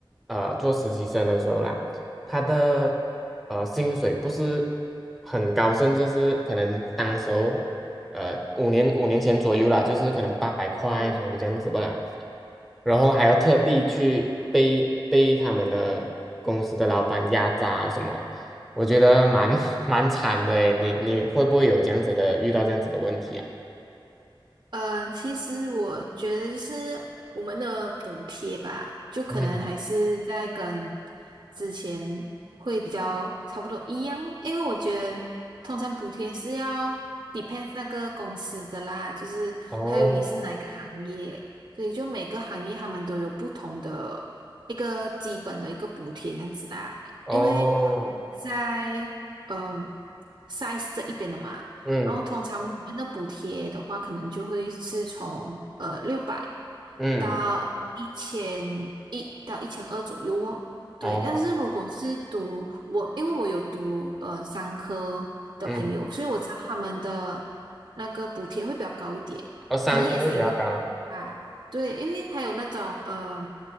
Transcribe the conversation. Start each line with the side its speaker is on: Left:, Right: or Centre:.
Centre: 呃做实习生的时候啦。他的呃薪水不是很高，甚至是可能当时候呃五年五年前左右啦，就是可能八百块左右这样子不啦，
Right: 嗯。
Centre: 然后还要特地去被被他们的公司的老板压榨啊什么，我觉得蛮 <laughs> 蛮惨的诶，你你会不会有这样子的遇到这样子的问题啊？
Right: 嗯，其实我觉得就是我们的补贴吧，就可能还是在跟
Centre: 嗯，
Right: 之前会比较差不多一样，因为我觉得通常补贴是要 depends 那个公司的啦，就是还有你是哪一个行业，
Centre: 哦
Right: 所以就每个行业他们都有不同的一个基本的一个补贴这样子啦。
Centre: 哦，
Right: 因为我们在嗯 size 这一边的嘛。
Centre: 嗯
Right: 然后通常我们的补贴的话，可能就会是从呃六百
Centre: 嗯，
Right: 到一千一到一千二左右哦。对，
Centre: 哦，
Right: 但是如果是读我，因为我有读呃商科的朋友，
Centre: 嗯，
Right: 所以我知道他们的那个补贴会比较高一点，
Centre: 哦，上课会比较高。
Right: 可能也是因为工资啊，对，因为还有那种呃